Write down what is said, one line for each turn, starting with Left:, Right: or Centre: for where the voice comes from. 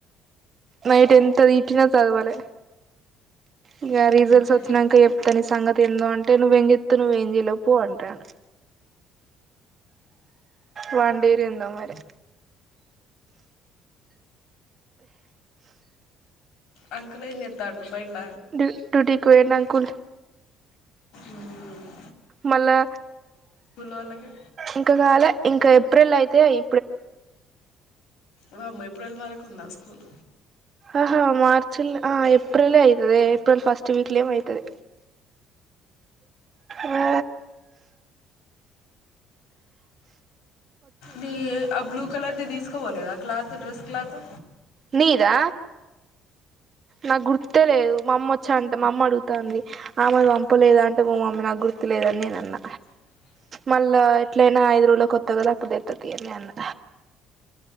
Right: నైట్ ఎంతతిట్టిన సదువులే. ఇగ
Left: ఉమ్.
Right: రీజల్ట్స్ ఓచ్చినంక చెప్తా నీ సంగతి ఏందో అంటే, నువ్వు ఎం జెతావ్, నువ్వు ఎం జేయ్యలేవు, పొ అంటడు. వండీరిందా మరి.
Left: అంకల్ ఎం జెతండు, పోయిండ.
Right: డు డూటికీ వోయిండు అంకుల్.
Left: ఉమ్.
Right: మళ్ళా,
Left: వాళ్ళకి
Right: ఇంకా గాలే, ఇంకా ఏప్రిల్ అయితే అయి.
Left: వామ్మో, ఏప్రిల్ వరకు ఉందా. స్కూల్
Right: ఆహా మార్చిల్ ఆ ఏప్. ఏప్రిల్ లే అయితదే, ఏప్రిల్ ఫస్ట్ వీక్లే ఏమో, అయితది. ఆ
Left: నీ ఆ బ్లూ కలర్ది దిసకవొలేదా, క్లాత్, డ్రెస్ క్లాతు.
Right: నీదా. నాకు గుర్తే లేదు, మా మమ్మో చ్చి, అంటే మా మామ్మ అడుగుతంది, ఆమెది పంపలేదా అంటే, మా మమ్మీ నాకు గుర్తులేదు. న్నేనన్న.
Left: అ
Right: మళ్ళ ఎట్లాట్లైనా, ఐదు రోజుల కొత్త గదా, అప్పుడు తేత్త తియ్, అని నేను అన్న.